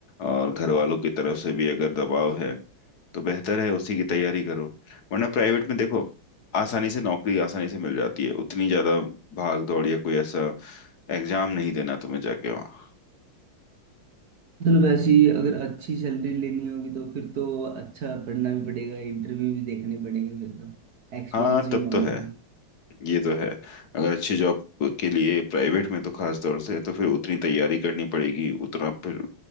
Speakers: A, on the left (about 55°); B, on the right (about 55°).
A: और घर वालों की तरफ से भी अगर दबाव है तो बेहतर है उसी की तैयारी करो वरना प्राइवेट में देखो आसानी से नौकरी आसानी से मिल जाती है उतनी ज्यादा भाग दौड़ या कोई ऐसा एग्जाम नहीं देना तुम्हें जाके वहाँ
B: मतलब ऐसी अगर अच्छी सैलरी लेनी होगी तो फिर तो अच्छा पढ़ना भी पड़ेगा इंटरव्यू भी देखने पड़ेंगे फिर तो एक्सपीरियंस
A: हाँ
B: भी
A: तब
B: मांगेंगे
A: तो है ये तो है अगर अच्छी जॉब के लिए प्राइवेट में तो खास तौर से तो फिर उतनी तैयारी करनी पड़ेगी उतना फिर